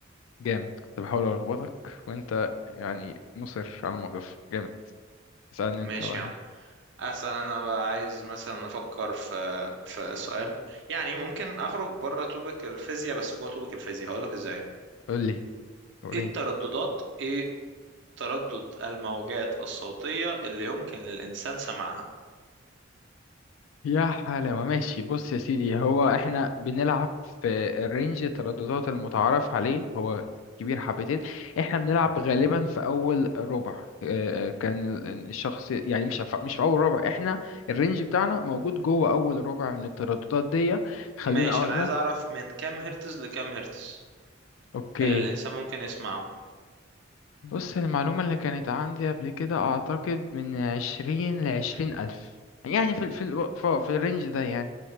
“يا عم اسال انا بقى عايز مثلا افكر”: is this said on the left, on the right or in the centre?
Right